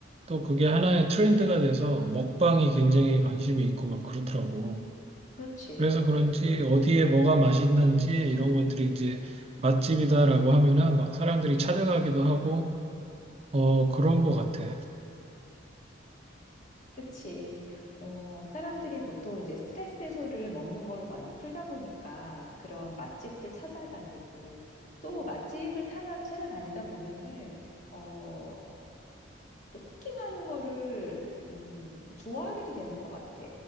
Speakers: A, on the right (about 30°); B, on the left (about 35°).
A: 또 그게 하나의 트렌드가 돼서 먹방이 굉장히 관심이 있고 막 그렇더라고.
B: 그렇지.
A: 그래서 그런지 어디에 뭐가 맛있는지 이런 것들이 이제 맛집이다라고 하면은 막 사람들이 찾아가기도 하고 어 그런 것 같아.
B: 그치. 어, 사람들이 보통 이제 스트레스 해소를 먹는 거를 많이 풀다 보니까 그런 맛집들 찾아다니고 또 맛집을 찾아, 찾아다니다 보면은, 어, 또 쿠킹하는 거를 음, 좋아하게도 되는 것 같아.